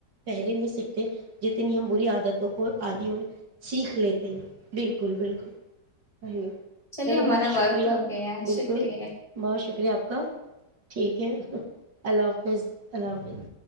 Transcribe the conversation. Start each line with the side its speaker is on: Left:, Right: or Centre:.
Right: پہلے نہیں سیکھتے جتنی ہم بری عادتوں کوئی آدیوں سیکھ لیتے ہیں <unintelligible> بالکل بالکل ی
Left: چلیے
Right: چلو
Left: ہمارا
Right: بہت شکریہ
Left: وقت ہو گیا ہے،
Right: بالکل
Left: شکریہ
Right: بہت شکریہ آپ کا ٹھیک ہے اللہ حافظ اللہ حافظ